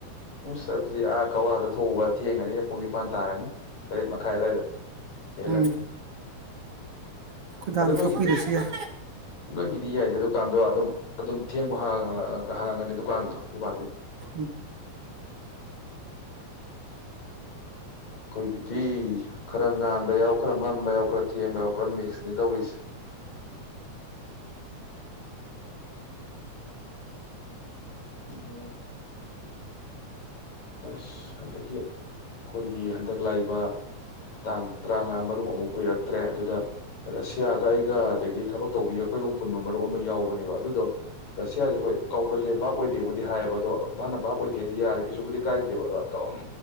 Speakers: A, on the left (about 65°); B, on the right (about 55°).
A: ꯏꯁ ꯆꯖꯤ ꯑꯥ ꯀꯋꯥꯗ ꯊꯣꯛꯣꯡꯎꯧꯕ ꯊꯦꯡꯉꯅꯤ ꯄꯨꯡ ꯅꯤꯄꯥꯟ ꯇꯥꯔꯅꯤ ꯇꯔꯦꯠ ꯃ ꯇꯪꯈꯥꯏ ꯑꯋꯥꯏꯗ ꯍꯦꯜꯂꯅꯤ
B: ꯎꯝ ꯑꯩꯈꯣꯏ ꯗꯥꯅ
A: ꯑꯗꯣ ꯅꯣꯏꯒꯤ
B: ꯊꯣꯛꯄꯤꯔꯁꯨ ꯌꯥꯏ
A: ꯅꯣꯏꯒꯤꯗꯤ ꯌꯥꯏꯗꯦ ꯗꯨꯀꯥꯟꯗꯣ ꯑꯗꯨꯝ ꯑꯗꯨꯝ ꯊꯦꯡꯕ ꯍꯥꯡꯉꯒꯅꯤ ꯗꯨꯀꯥꯟꯗꯣ ꯗꯨꯀꯥꯟꯩꯗꯣ
B: ꯎꯝ
A: ꯑꯩꯈꯣꯏꯒꯤꯗꯤ ꯈꯔ ꯉꯥꯟꯕ ꯌꯥꯎ ꯈꯔ ꯃꯝꯕ ꯌꯥꯎ ꯈꯔ ꯊꯦꯡꯕ ꯌꯥꯎ ꯄꯨꯔꯥ ꯃꯤꯛꯁꯅꯦ ꯇꯧꯔꯤꯁꯦ ꯎꯝ ꯑꯁ ꯑꯗꯒꯤ ꯑꯩꯈꯣꯏꯒꯤ ꯍꯟꯗꯛ ꯂꯥꯛꯏꯕ ꯇꯥꯡ ꯇꯔꯥꯉꯥ ꯃꯔꯨꯞ ꯑꯃꯨꯛ ꯀꯨꯏꯔꯛꯇ꯭ꯔꯦ ꯑꯗꯨꯗ ꯔꯁꯤꯌꯥꯒ ꯑꯩꯒ ꯑꯗꯒꯤ ꯊꯕꯛ ꯇꯧꯕꯤ ꯑꯩꯈꯣꯏꯒ ꯑꯄꯨꯟꯕ ꯃꯔꯨꯞ ꯑꯃ ꯌꯥꯎꯕꯅꯦꯕ ꯑꯗꯨꯗꯣ ꯔꯁꯤꯌꯥꯁꯦ ꯍꯣꯏ ꯀꯥꯎꯒꯜꯂꯦ ꯚꯥꯞ ꯑꯣꯏꯗꯦꯕꯨꯗꯤ ꯍꯥꯏꯌꯦꯕ ꯑꯗꯣ ꯚꯥꯅ ꯚꯥꯞ ꯑꯣꯏꯗꯦ ꯍꯥꯏꯦ ꯌꯥꯔꯦ ꯀꯩꯁꯨꯕꯨꯗꯤ ꯀꯥꯏꯗ꯭ꯔꯤꯕ ꯑꯗꯣ ꯑꯗꯨꯝ